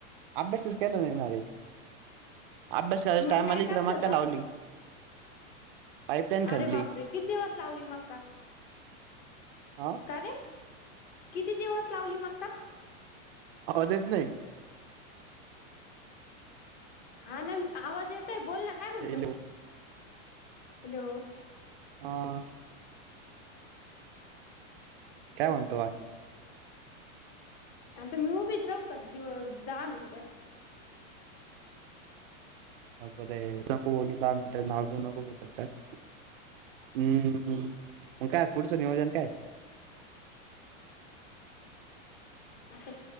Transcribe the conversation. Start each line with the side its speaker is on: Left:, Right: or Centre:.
Right: आभ्यासच केला नाहीणा, रे. आभ्यास करायच्या
Left: मग
Right: टायमाला
Left: काय
Right: इकडं
Left: करत
Right: मग
Left: होता
Right: कां लावली? <inaudible> पाईपलाईन खणली
Left: अरे बापरें! कितदिंवस लावली मक्का?
Right: आ,
Left: का रे, <inaudible> किती दिवस लावली मगका.
Right: आवाज येत नाही.
Left: हा नाही आवाज येतोय, बोल ना, काय म्हणतो?
Right: Hello
Left: <inaudible> hello.
Right: आ, काय म्हणतो? बाकी.
Left: आणिता, मी उभीच राहू का? दहा मिनिटं.
Right: नकोरे, नको बोलू, दहा मिनटं नाव घेऊ नको. घेच्यात हम्म, काय पुढचं नियोजन काय?
Left: आता